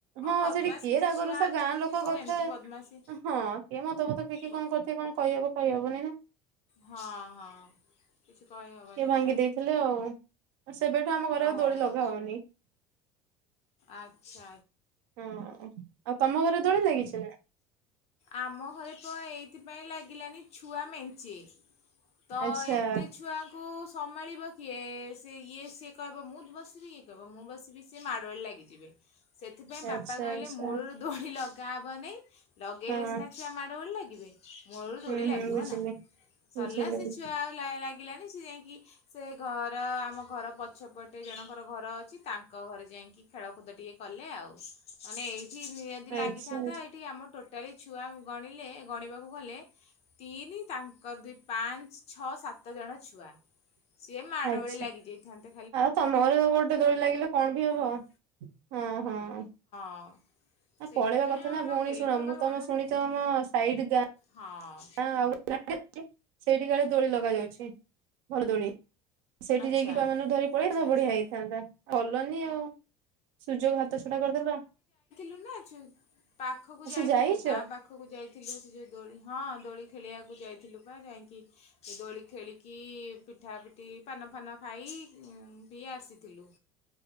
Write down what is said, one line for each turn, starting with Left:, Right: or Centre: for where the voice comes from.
Right: ହଁ
Left: ବଦମାସ
Right: ସେଠି କିଏ
Left: କିଛି
Right: ରାଗରୁଷା
Left: ଛୁଆ ଅଛନ୍ତି
Right: ଗାଁ ଲୋକ
Left: ସେ ସବୁ
Right: କଥା
Left: ଏମିତି ବଦମାସି
Right: ହଁ କିଏ ମଦ ଫଦ ପିକି
Left: ବ
Right: କଣ କରିଥିବ କଣ କହିହବ କହିହବନି ନା
Left: ହଁ ହଁ କିଛି କହିହେବନି
Right: କିଏ ଭାଙ୍ଗି
Left: ନା
Right: ଦେଇଥିଲେ ଆଉ। ଆଉ ସେବେଠୁ ଆମ ଘରେ ଆଉ
Left: ଓହୋ
Right: ଦୋଳି ଲଗା ହଉନି।
Left: ଆଚ୍ଛା
Right: ହଁ ଆଉ ତମ ଘରେ ଦୋଳି ଲାଗିଛି ନା
Left: ଆମ ଘରେ ତ ଏଇ ଏଥିପାଇଁ ଲାଗିଲାନି ଛୁଆ ମେଞ୍ଚେ ତ
Right: ଆଚ୍ଛା
Left: ଏତେ ଛୁଆଙ୍କୁ ସମାଳିବ କିଏ ସେ ଇଏ ସେ କହିବ ମୁଁ ବସିବି ଇଏ କହିବ ମୁଁ ବସିବି ସେ ମାଡଗୋଳ ଲାଗିଯିବେ। ସେଥିପାଇଁ ବାପା
Right: ଆଚ୍ଛା
Left: କହିଲେ
Right: ଆଚ୍ଛା।
Left: ମୂଳରୁ ଦୋଳି ଲଗ୍- <unintelligible> ଲଗେଇଲେ
Right: ହଁ
Left: ସିନା ଛୁଆ ମାଡ଼ ଗୋଳ ଲାଗିବେ। ମୂଳରୁ ଦୋଳି
Right: ହୁଁ
Left: ଲାଗିବ
Right: ହୁଁ ବୁଝିଲି
Left: ନାହିଁ, ସରିଲା
Right: ବୁଝିଲି
Left: ସେ
Right: ବୁଝିଲି
Left: ଛୁଆ ଆଉ ଲାଗିଲାନି। ସେ ଯାଇକି ସେ ଘର ଆମ ଘର ପ ପଛପଟେ ଜଣଙ୍କର ଘର ଅଛି ତାଙ୍କ ଘରେ ଯାଇକି ଖେଳକୁଦ ଟିକେ କଲେ ଆଉ, ମାନେ ଏଇ ଠି ଯଦି ଲାଗିଥାନ୍ତା
Right: ଆଚ୍ଛା ଆଚ୍ଛା
Left: ଏଇଠି ଆମ ଟୋଟାଲି ଛୁଆ ଗଣିଲେ ଗଣିବାକୁ ଗଲେ ତିନି ତାଙ୍କର ଦୁଇ ପାଞ୍ଚ ଛଅ ସାତ ଜଣ ଛୁଆ। ସିଏ ମାଡ଼ଗୋଳି
Right: ଆଚ୍ଛା।
Left: ଲାଗି ଯାଇଥାନ୍ତେ।
Right: ଆଉ ତମ ଘରେ ବି ଗୋଟେ ଦୋଳି ଲାଗିଲେ କଣ ବି ହବ
Left: ଆଉ
Right: ହଁ ହଁ।
Left: ହଁ।
Right: <inaudible>
Left: ସେଇଥିପାଇଁ
Right: ପଳେଇବା କଥା
Left: ଆଉ
Right: ନା ଭଉଣୀ
Left: ଲଗେଇଲୁନି
Right: ଶୁଣ
Left: ବାବା
Right: ମୁଁ ତମେ
Left: ମନା
Right: ଶୁଣିଛ
Left: କଲେ
Right: ତମ ସାଇଡ୍ ଗାଁଁଆ
Left: ହଁ
Right: <inaudible> ସେଇଠି କାଳେ ଦୋଳି ଲଗା ଯାଉଛି ଭଲ ଦୋଳି। ସେଇଠି
Left: ଆଚ୍ଛା
Right: ଯାଇକି ଛୁଆମାନଙ୍କୁ ଧରି ପଳେଇଥାନ୍ତ
Left: ଆଚ୍ଛା ଆଚ୍ଛା
Right: ବଢିଆ ହେଇଥାନ୍ତା। ଗଲନି ଆଉ ସୁଯୋଗ ହାତଛଡ଼ା କରିଦେଲ।
Left: <unintelligible> ଅଛୁ ପାଖକୁ
Right: ଆଚ୍ଛା
Left: ଯାଇଥିଲୁ
Right: ଯାଇଛ
Left: ଗାଁ ପାଖକୁ ଯାଇଥିଲୁ ସେ ଯୋଉ ଦୋଳି ହଁ ଦୋଳି ଖେଳିବାକୁ। <inaudible> ଯାଇଥିଲୁ ପା, ଯାଇକି ଦୋଳି ଖେଳିକି ପିଠାପିଠି ପାନଫାନ ଖାଇ ବି ଆସିଥିଲୁ।